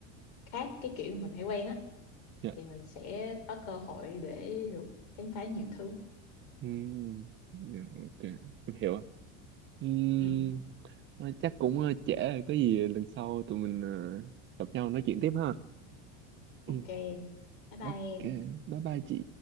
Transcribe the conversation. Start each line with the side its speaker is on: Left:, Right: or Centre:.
Left: khác cái kiểu mình hay quen á
Right: dạ.
Left: thì mình sẽ có cơ hội để được khám phá nhiều thứ
Right: Ừm, dạ, ok, em hiểu ạ. Ừm,
Left: ừ
Right: thôi chắc cũng ờ, trễ rồi, có gì lần sau tụi mình ờ, gặp nhau nói chuyện tiếp ha.
Left: ok
Right: Ừ,
Left: em. bye bye
Right: ok,
Left: em
Right: bye bye chị.